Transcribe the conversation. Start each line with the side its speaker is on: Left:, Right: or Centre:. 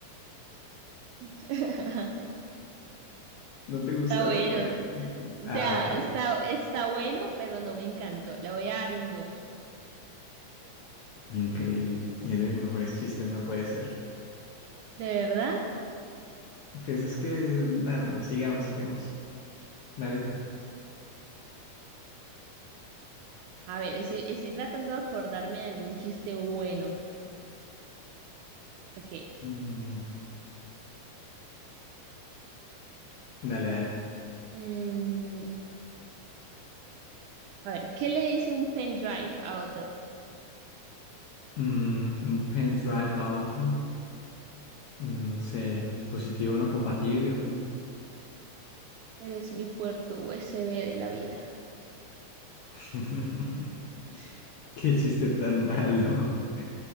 Right: <laughs>
Left: No te gustó,
Right: Está bueno.
Left: no puede. ser.
Right: O
Left: Ah,
Right: sea,
Left: ok.
Right: está, está bueno, pero no me encantó. Le voy a dar un dos.
Left: Increíble. Y es de mis mejores chistes, no puede ser.
Right: ¿De verdad?
Left: Pues es que, no, no, no, sigamos, sigamos. Dale tú.
Right: A ver, estoy, estoy tratando de acordarme de algún chiste bueno. Ok.
Left: Mm, dale, dale.
Right: Mm, a ver, ¿qué le dice un pendrive a otro?
Left: Mm, un pendrive a otro. Mm, No sé, dispositivo no compatible o qué.
Right: Eres mi puerto USB de la vida.
Left: <laughs> Qué chiste tan malo. <laughs>